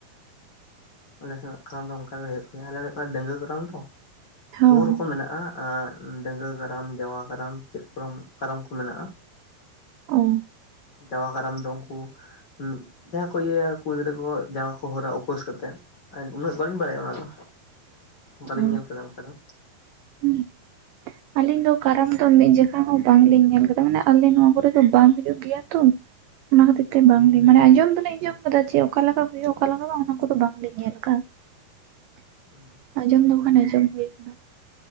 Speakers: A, on the left; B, on the right.
A: ᱟᱞᱮ ᱥᱮᱱᱟᱜ ᱠᱟᱨᱟᱢ ᱫᱚ ᱚᱱᱠᱟ ᱜᱮ ᱦᱩᱭᱩᱜ ᱜᱮᱭᱟ, ᱟᱞᱮ ᱥᱮᱫ ᱫᱚ ᱰᱟᱹᱝᱜᱩᱣᱟᱹ ᱠᱟᱨᱟᱢ ᱛᱚ
B: ᱦᱚᱸ
A: ᱵᱚᱦᱩ ᱨᱚᱠᱚᱢ ᱢᱮᱱᱟᱜ-ᱟ ᱟᱸᱜ ᱰᱟᱹᱝᱜᱩᱣᱟᱹ ᱠᱟᱨᱟᱢ ᱡᱟᱣᱟ ᱠᱟᱨᱟᱢ ᱪᱮᱫ ᱠᱚ ᱪᱚᱝ ᱠᱟᱨᱟᱢ ᱠᱚ ᱢᱮᱱᱟᱜ-ᱟ᱾
B: ᱚ ᱾
A: ᱡᱟᱣᱟ ᱠᱟᱨᱟᱢ ᱫᱚ ᱩᱱᱠᱩ ᱩᱸᱜ ᱡᱟᱦᱟᱸᱭ ᱠᱚ ᱤᱭᱟᱹᱭᱟ ᱠᱩᱲᱤ ᱜᱤᱫᱽᱨᱟᱹ ᱠᱚ ᱡᱟᱣᱟ ᱠᱚ ᱦᱟᱹᱨᱟ ᱩᱯᱟᱹᱥ ᱠᱟᱛᱮᱫ᱾ ᱟᱨ ᱩᱱᱟᱹᱜ ᱵᱟᱹᱞᱤᱧ ᱵᱟᱲᱟᱭᱟ ᱚᱱᱟ ᱫᱚ ᱵᱟᱹᱞᱤᱧ
B: ᱚ
A: ᱧᱮᱞ ᱠᱟᱫᱟ ᱚᱱᱠᱟ ᱫᱚ᱾
B: ᱦᱩᱸ ᱟᱹᱞᱤᱧ ᱫᱚ ᱠᱟᱨᱟᱢ ᱫᱚ ᱢᱤᱫ ᱡᱚᱠᱷᱟ ᱦᱚᱸ ᱵᱟᱝ ᱞᱤᱧ ᱧᱮᱞ ᱠᱟᱫᱟ ᱢᱟᱱᱮ ᱟᱞᱮ ᱱᱚᱣᱟ ᱠᱚᱨᱮ ᱫᱚ ᱵᱟᱝ ᱦᱩᱭᱩᱜ ᱜᱮᱭᱟ ᱛᱚ᱾ ᱚᱱᱟ ᱠᱷᱟᱹᱛᱤᱨ ᱛᱮ ᱵᱟᱝᱞᱤ ᱢᱟᱱᱮ ᱟᱸᱡᱚᱢ ᱫᱚᱞᱤᱧ ᱟᱸᱡᱚᱢ ᱠᱟᱫᱟ ᱡᱮ ᱚᱠᱟᱞᱮ ᱞᱮᱠᱟ ᱦᱩᱭᱩᱜ-ᱟ ᱚᱠᱟ ᱞᱮᱠᱟ ᱵᱟᱝ ᱚᱱᱟ ᱠᱚᱫᱚ ᱵᱟᱝ ᱞᱤᱧ ᱧᱮᱞ ᱠᱟᱜ-ᱟ᱾ <unintelligible>
A: ᱦᱟᱸ
B: ᱟᱸᱡᱚᱢ ᱫᱚ ᱵᱟᱠᱷᱟᱱ ᱟᱸᱡᱚᱢ ᱦᱩᱭ ᱠᱟᱱᱟ᱾